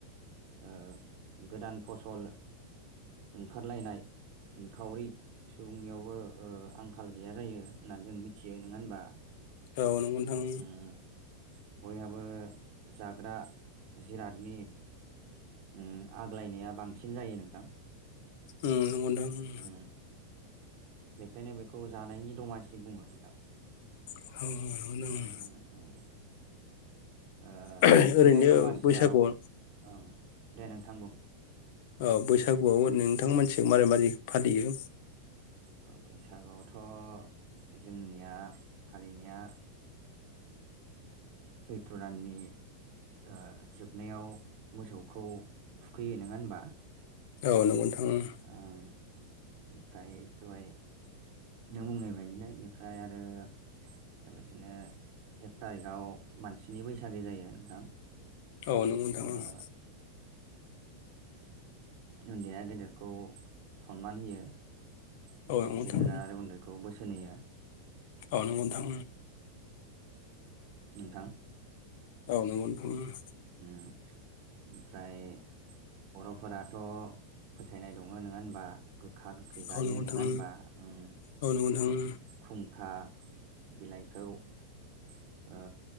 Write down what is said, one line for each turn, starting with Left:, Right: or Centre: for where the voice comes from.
Right: ओ गोदान फसल ओंखारलायनाय खावरि सुबुंनियावबो आंखाल गैया जायो होननानै जों मिथियो नोङा होनबा
Left: औ नंगौ नोंथां
Right: उम बयहाबो जाग्रा जिरादनि ओम आग्लायनाया बांसिन जायो नोंथां
Left: ओम नंगौ नोंथां ओम
Right: उम बेखायनो बेखौ जानायनि दमासि बुङो नोंथां
Left: अ अ नोंगौ नोंथां
Right: उम ओ
Left: नोंथां ओरैनो
Right: बे दमासियाव
Left: बैसागुआव
Right: ओं दे नोंथां बुं
Left: औ बैसागुआव ओरै नोंथां मानसिखौ मारै मारै फालियो
Right: ओ बैसागोआवथ' जोंनिया फालिनाया सैथ्र दाननि ओ जोबनायाव मोसौखौ थुखैयो नोङा होनबा?
Left: औ नंगौ नोंथां ओम
Right: आ दाय दहाय नों बुंनाय बायदिनो बेनिफ्राय आरो लोगोसेनो एक थारिखआव मानसिनि बैसागि जायो नोंथां
Left: औ नोंगौ नोंथां
Right: ओ
Left: औ
Right: उन्दैया गेदेरखौ सनमान होयो ओमफाय
Left: औ नंगौ नोंथां
Right: गेदेरा आरो उन्दै खौ बोसोन होयो
Left: औ नंगौ नोंथां
Right: नोंथां
Left: औ नंगौ नोंथां ओम
Right: ओम ओमफ्राय बर'फोराथ' फोथायनाय दङ नङा होनबा गोखा गोखै जायो
Left: औ नंगौ
Right: नङा
Left: नोंथां
Right: होनबा ओम
Left: औ नंगौ नोंथां
Right: खुंखा बिलाइखौ ओ